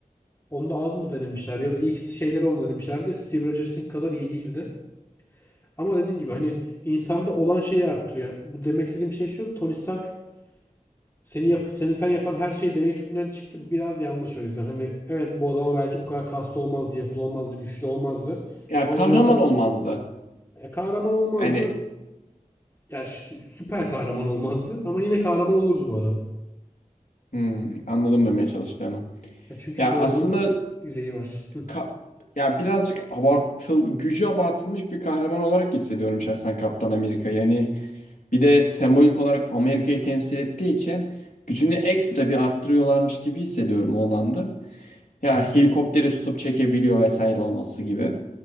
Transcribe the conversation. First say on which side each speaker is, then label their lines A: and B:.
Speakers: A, on the left; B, on the left.
A: Onda az mı denemişler ya da ilk şeyleri onu denemişlerdi. Steve Rogers'ın kadar iyi değildi. Ama dediğim gibi hani insanda olan şeyi arttırıyor. Bu demek istediğim şey şu. Tony Stark seni yap seni sen yapan her şey deney tüpünden çıktı biraz yanlış o yüzden. Hani evet bu adama belki bu kadar kaslı olmazdı, yapılı olmazdı, güçlü olmazdı.
B: Ya
A: Ama
B: kahraman
A: bu adam
B: olmazdı.
A: e, kahraman olmazdı.
B: Hani
A: Ya ş- süper kahraman olmazdı ama yine kahraman olurdu bu adam.
B: hmm, anladım demeye çalıştığını.
A: Ya çünkü
B: Ya
A: bu
B: aslında
A: adamın yüreği var. Hı.
B: ka- ya birazcık abartıl gücü abartılmış bir kahraman olarak hissediyorum şahsen Kaptan Amerika. Yani bir de sembolik olarak Amerika'yı temsil ettiği için gücünü ekstra bir arttırıyorlarmış gibi hissediyorum o alanda. Ya
A: Hı hı.
B: helikopteri tutup çekebiliyor vesaire olması gibi.